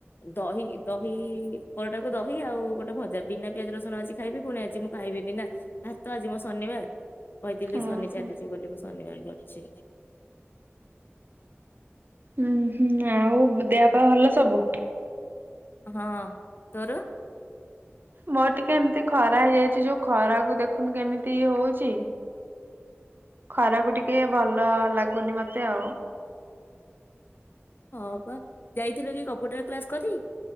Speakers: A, on the left (about 50°); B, on the right (about 45°).
A: ଦହି ଦହିଇ। ପରଟାକୁ ଦହି ଆଉ ଗୋଟେ ଭଜା ବିନା ପିଆଜ ରସୁଣ ଆଜି ଖାଇବି ପୁଣି ଆଜି ମୁଁ ଖାଇବିନି ନା ଭାତ ଆଜି ମୋ ଶନିବାର। କହିଥିଲି
B: ଓହୋ
A: ଶନି ଚାଲିଚି ବୋଲି ମୁ। ଶନିବାର ବି ଅଛି।
B: ହୁଁ ହୁଁ ଆଉ ଦେହ ପାହା ଭଲ ସବୁ।
A: ହଁଅ ତୋର।
B: ମୋର ଟିକେ ଏମିତି ଖରା ହେଇଯାଇଛି ଯୋଉ ଖରାକୁ ଦେଖୁନୁ କେମିତି ହୋଉଛି ଖରାକୁ ଟିକେ ଭଲ ଲାଗୁନି ମତେ ଆଉ।
A: ହଁ ବା ଯାଇଥିଲେ କି କମ୍ପ୍ୟୁଟର କ୍ଲାସ କରି।